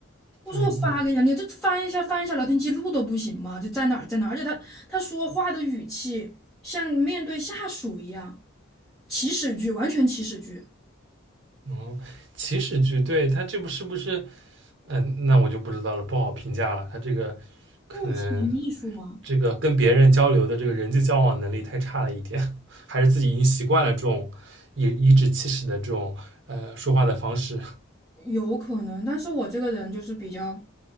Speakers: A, in the centre; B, on the right.
A: 我说我发给你了，
B: 嗯
A: 你就翻一下翻一下聊天记录都不行吗？就在哪儿在哪儿，而且他他说话的语气像面对下属一样，祈使句，完全祈使句。
B: 嗯，哦，起始句，对，他这部是不是？嗯，那我就不知道了，不好评价了。他这个可能
A: 不是你秘书吗？
B: 这个跟别人交流的这个人际交往能力太差了一点，<laughs> 还是自己已经习惯了这种以颐指气使的这种呃说话的方式。
A: 有可能，但是我这个人就是比较